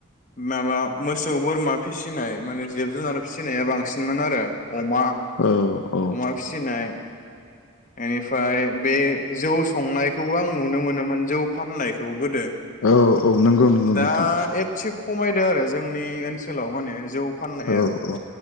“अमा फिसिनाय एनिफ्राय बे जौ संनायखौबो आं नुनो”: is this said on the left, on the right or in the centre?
Left